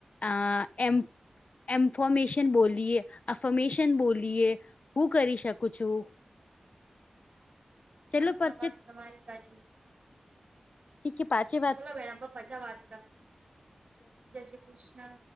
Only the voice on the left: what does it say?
અ એમ. એમન્ફોમેશન બોલીએ, અફોમેશન બોલીએ. હું કરી શકું છું. ચલો
પરચિત
ઇ કે પાછે.